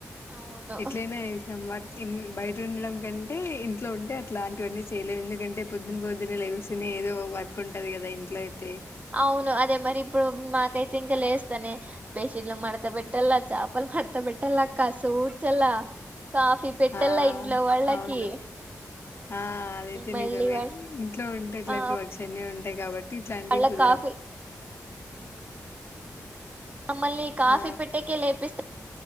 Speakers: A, on the right; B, on the left.
A: అవును
B: ఎట్లైన చేస్తాం బట్ ఇన్ బై ఇట్ల ఉండడం కంటే ఇంట్లో ఉంటే అట్లాంటివన్నీ చేయలేము, ఎందుకంటే పొద్దున పొద్దున లేగుసునే ఏదో వర్క్ ఉంటది కదా ఇంట్లో అయితే.
A: అవును అదే మరి ఇప్పుడు మాకైతే ఇంకా లేస్తానే బెస్ట్ ఇట్లు మడత పెట్టాలా చాపాలు మడత త్త పెట్టాల అక్క సూడ్చలా కాఫీ పెట్టలా
B: ఆ
A: ఇంట్లో వాళ్ళకి
B: అవును ఆ అదైతే
A: మళ్ళీ
B: నిజమే
A: వా
B: ఇంట్లో ఉంటే ఇట్లాంటి
A: ఆ
B: వర్క్స్ <unintelligible> ఇట్లాంటివి
A: వాళ్ళ
B: కుదరవ్
A: కాఫీ మమ్మల్ని కాఫీ
B: ఆ
A: పెట్టెకె లేపేస్త